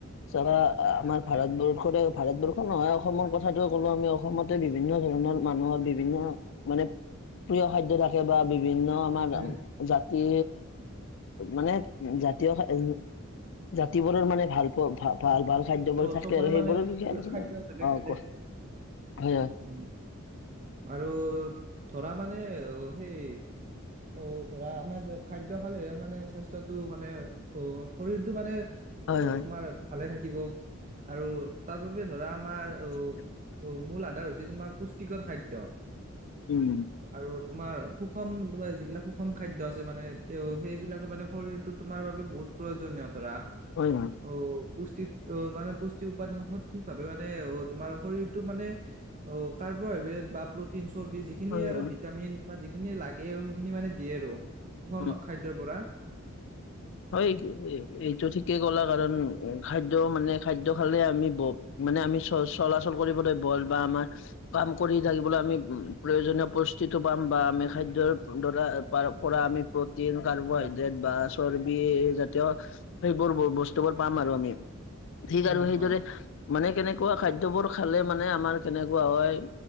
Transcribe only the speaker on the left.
চাবা আমাৰ ভাৰতবৰ্ষতে, ভাৰতবৰ্ষ নহয় অসমৰ কথাটো ক'লো আমি অসমতে বিভিন্ন ধৰণৰ মানুহৰ বিভিন্ন মানে প্ৰিয় খাদ্য থাকে বা বিভিন্ন আমাৰ,
জাতি মানে জাতীয় খাদ্য জাতি বোৰৰ মানে ভাল ভাল, ভাল-ভাল খাদ্যবোৰ
থাকে
আৰু সেইবোৰৰ
বিষয়ে আলোচনা
কৰোঁ।
অহ
কোৱা
হয়
হয়
<unintelligible>
উম।
হয় হয়।
হয়
হয়
উম
হয় এই, এইটো ঠিকেই ক'লা কাৰণ খাদ্য মানে খাদ্য খালে আমি ব মানে আমি চ-চলাচল কৰিবলৈ বল বা আমাৰ কাম কৰি থাকিবলৈ আমি প্ৰয়োজনীয় পুষ্টি টো পাম বা আমি খাদ্যৰ ধৰা পাৰ, পৰা আমি প্ৰটিন কাৰ্বোহাইড্ৰেট বা চৰ্বি জাতীয় সেইবোৰ বস্তুবোৰ পাম আৰু আমি। ঠিক
আৰু সেইদৰে
মানে কেনেকুৱা খাদ্যবোৰ খালে মানে আমাৰ কেনেকুৱা হয়।